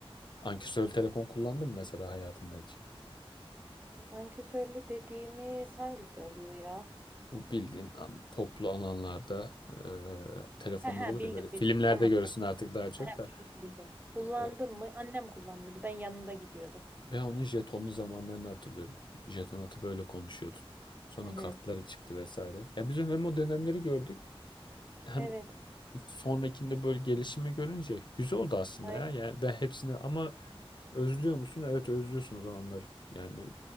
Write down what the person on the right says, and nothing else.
Ankesörlü dediğimiz hangisi oluyor ya?
He he
bildim
bildim. Tamam
tamam.
He, he,
bildim bildim. Kullandım
mı? Annem kullanıyordu. Ben yanında gidiyordum.
Hı hı.
Evet.
Aynen